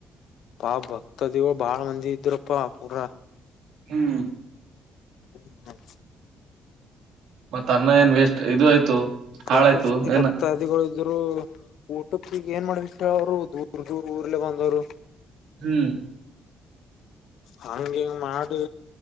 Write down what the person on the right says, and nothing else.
ಹ್ಮ್
ಮತ್ತತ್ ಅನ್ನ ಏನ್ ವೇಸ್ಟ್ ಇದು ಆಯ್ತು
ಹಾಳಾಯ್ತು
ಏನ
ಹ್ಮ್.